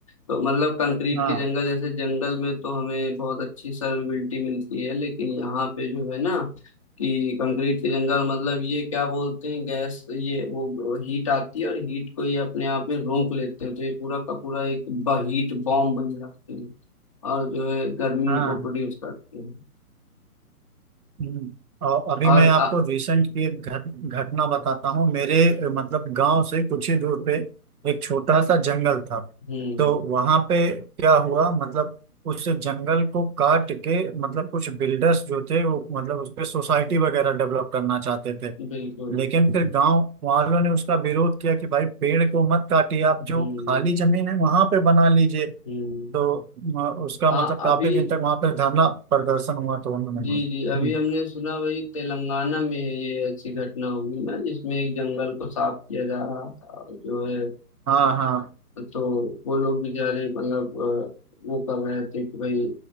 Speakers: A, on the left; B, on the right.
A: तो मतलब कंक्रीट
B: हाँ
A: के जंगल जैसे जंगल में तो हमें बहुत अच्छी सर्विलिटी मिलती है लेकिन यहाँ पे जो है ना कि कंक्रीट के जंगल मतलब ये क्या बोलते हैं गैस ये वो हीट आती है और हीट को ये अपने आप में रोक लेते हैं तो ये पूरा का पूरा एक हीट बॉम्ब बन जाते हैं और जो है गर्मी
B: हाँ
A: को प्रोड्यूस करते हैं
B: हम्म, और अभी
A: और
B: मैं आपको
A: आ,
B: रिसेंट की एक घट, घटना बताता हूँ मेरे अ, मतलब गांव से कुछ ही दूर पे एक छोटा सा जंगल था
A: हम्म
B: तो वहां पे क्या हुआ मतलब उस जंगल को काट के मतलब कुछ बिल्डर्स जो थे वो मतलब उस पे सोसाइटी वगैरह डेवलप करना चाहते थे
A: बिल्कुल
B: लेकिन फिर गांव वालों ने उसका विरोध किया कि भाई पेड़ को मत काटिए आप
A: हम्म
B: जो खाली जमीन है वहां पे बना लीजिए
A: हम्म
B: तो अ, उसका
A: हाँ
B: मतलब काफी
A: अभी
B: दिन तक वहां पे धरना प्रदर्शन हुआ तो उन्होंने
A: जी जी अभी
B: हम्म।
A: हमने सुना वही तेलंगाना में ये अच्छी घटना हुई ना जिसमें एक जंगल को साफ किया जा रहा था और जो है
B: हाँ हाँ
A: तो वो लोग बेचारे मतलब अ, वो कर रहे थे कि भाई